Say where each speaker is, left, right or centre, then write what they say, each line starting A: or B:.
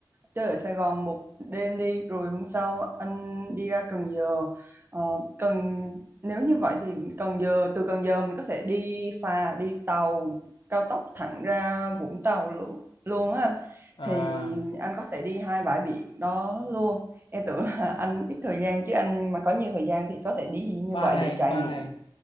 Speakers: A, on the right (about 25°); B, on the left (about 90°).
A: chơi ở Sài Gòn một đêm đi rồi hôm sau anh đi ra Cần Giờ Ờ, Cần nếu như vậy thì Cần Giờ từ Cần Giờ mình có thể đi phà đi tàu cao tốc thẳng ra Vũng Tàu luôn luôn á anh
B: à,
A: thì anh có thể đi hai bãi biển đó luôn em tưởng là anh ít thời gian chứ anh mà có nhiều thời gian thì có thể đi
B: ba
A: như vậy
B: ngày
A: để trải
B: ba
A: nghiệm
B: ngày